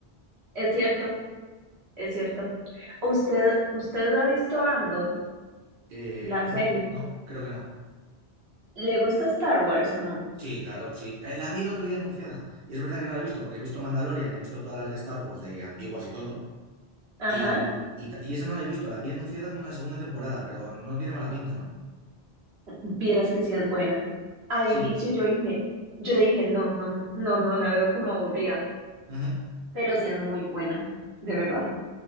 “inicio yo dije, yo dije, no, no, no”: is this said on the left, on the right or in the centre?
Right